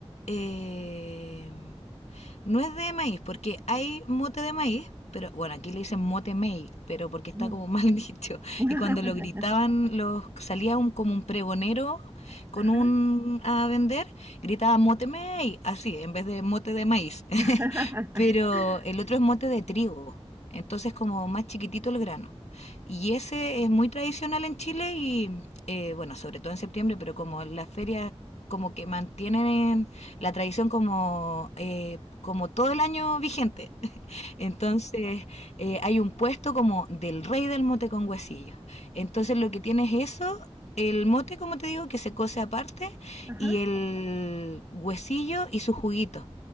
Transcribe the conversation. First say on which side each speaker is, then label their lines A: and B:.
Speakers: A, on the left; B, on the right.
A: eh, no es de maíz, porque hay mote de maíz, pero bueno, aquí le dicen mote mei, pero porque está
B: Ujú.
A: como <laughs> mal dicho.
B: <laughs>
A: Y cuando lo gritaban, los salía un, como un pregonero con
B: Ajá.
A: un a vender, gritaba mote mei, así, en vez de mote de maíz.
B: <laughs>
A: <laughs> pero el otro es mote de trigo. Entonces como más chiquitito el grano. Y ese es muy tradicional en Chile y, eh, bueno, sobre todo en septiembre, pero como las ferias como que mantienen la tradición como... Eh, como todo el año vigente. <laughs> Entonces, eh, hay un puesto como del rey del mote con huesillos. Entonces, lo que tienes es eso, el mote, como te digo, que se cose aparte,
B: Ajá.
A: y el huesillo y su juguito.